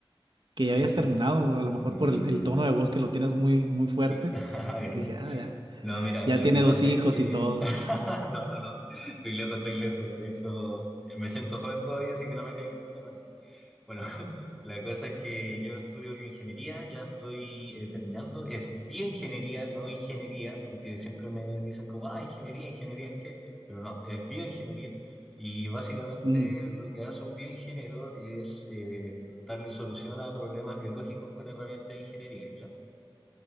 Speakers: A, on the right; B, in the centre.
A: que
B: Sí,
A: ya habías
B: sí.
A: terminado, a lo mejor
B: Mm,
A: por el, el tono de voz que lo tienes muy, muy fuerte.
B: que- <laughs> gracias.
A: Dije, ah, ya,
B: No, mira,
A: ya
B: lo
A: tiene
B: que pasa
A: dos hijos
B: es que...
A: y todo.
B: <laughs> No, no, no, estoy lejos, estoy lejos. De hecho, me siento joven todavía, así que no me caigas de esa manera. Bueno, <laughs> la cosa es que yo estudio bioingeniería, ya estoy eh, terminando. Es bioingeniería, no ingeniería, porque siempre me dicen como, ah, ingeniería, ingeniería, ¿en qué? Pero no, es bioingeniería. Y básicamente
A: Mm,
B: lo que hace un bioingeniero es eh, darle solución a problemas biológicos con herramientas ingenieriles, ¿ya?